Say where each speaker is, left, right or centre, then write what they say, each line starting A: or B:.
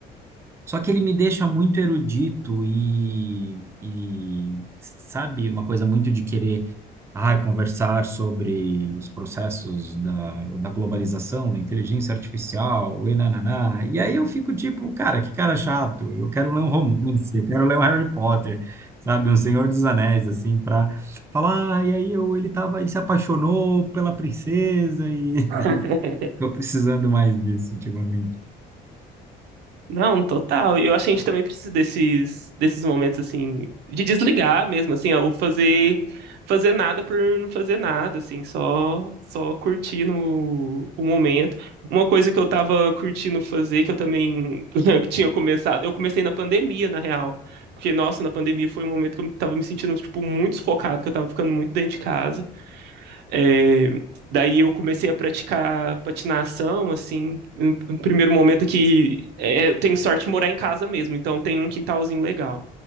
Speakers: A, on the right; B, on the right.
A: só que ele me deixa muito erudito e, e, sabe, uma coisa muito de querer ah, conversar sobre os processos da, da globalização, da inteligência artificial, e nananá. E aí eu fico tipo, cara, que cara chato, eu quero ler um romance, eu quero ler um Harry Potter, sabe, um Senhor dos Anéis, assim, para falar, ah, e aí eu, ele tava, ele se apaixonou pela princesa e <laughs>
B: <laughs>
A: tô precisando mais disso ultimamente.
B: Não, total. Eu acho que a gente também precisa desses, desses momentos assim de desligar mesmo, assim, ó, ou fazer fazer nada por não fazer nada, assim, só só curtir no, o momento. Uma coisa que eu tava curtindo fazer, que eu também <laughs> tinha começado, eu comecei na pandemia, na real, porque, nossa, na pandemia foi um momento que eu tava me sentindo, tipo, muito sufocado, que eu tava ficando muito dentro de casa. É, daí eu comecei a praticar patinação, assim, no no primeiro momento que é, eu tenho sorte de morar em casa mesmo, então tem um quintalzinho legal.